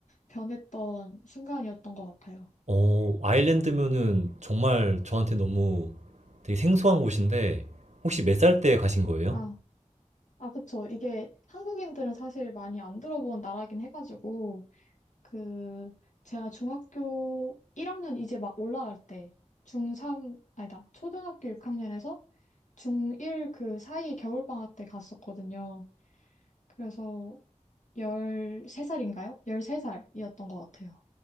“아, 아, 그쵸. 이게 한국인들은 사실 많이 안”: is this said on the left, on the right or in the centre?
Left